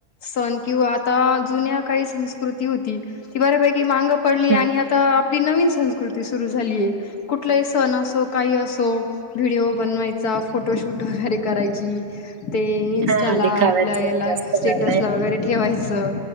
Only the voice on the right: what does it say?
हम्म
हा दिखाव्याच
जास्त झालंय